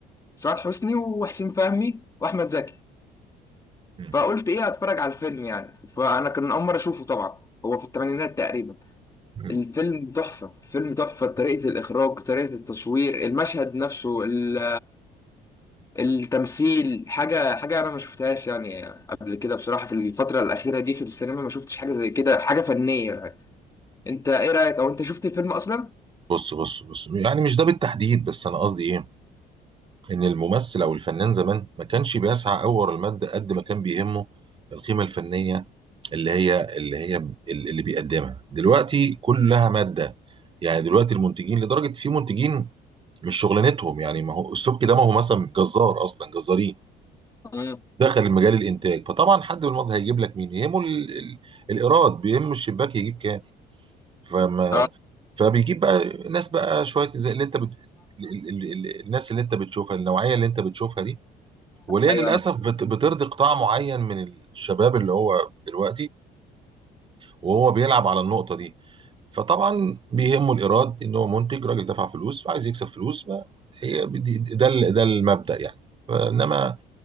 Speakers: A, on the left; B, on the right.
A: سعاد حسني وحسين فهمي واحمد زكي
B: مم.
A: فقلت ايه هتفرج على الفيلم يعني فانا كان اول مره اشوفه طبعا هو في الثمانينات تقريبا
B: مم.
A: الفيلم تحفه فيلم تحفه طريقه الاخراج طريقه التصوير المشهد نفسه ال- التمثيل حاجه حاجه انا ما شفتهاش يعني قبل كده بصراحه في الفتره الاخيره دي في السينما ما شفتش حاجه زي كده حاجه فنيه يعني انت ايه رايك او انت شفت الفيلم اصلا
B: بص بص بص يعني مش ده بالتحديد بس انا قصدي ايه ان الممثل او الفنان زمان ما كانش بيسعى قوي ورا المادة قد ما كان بيهمه القيمه الفنيه اللي هي اللي هي ب- اللي بيقدمها دلوقتي كلها ماده يعني دلوقتي المنتجين لدرجه في منتجين مش شغلانتهم يعني ما هو السبكي ده ما هو مثلا جزار اصلا جزارين
A: مم.
B: دخل المجال الانتاج فطبعا حد من المنظر هيجيب لك مين يهمه ال- ال- الايراد بيهم الشباك يجيب كام فما
A: اه
B: فبيجيب بقى ناس بقى شويه زي اللي انت بت... ال- ال- ال- الناس اللي انت بتشوفها النوعيه اللي انت بتشوفها دي واللي
A: ايوه
B: هي للاسف
A: انا
B: بت... بترضي قطاع معين من الشباب اللي هو دلوقتي وهو بيلعب على النقطة دي فطبعا بيهمه الإيراد إن هو منتج راجل دفع فلوس فعايز يكسب فلوس ما هي بدي- ده ال- ده المبدأ يعني إنما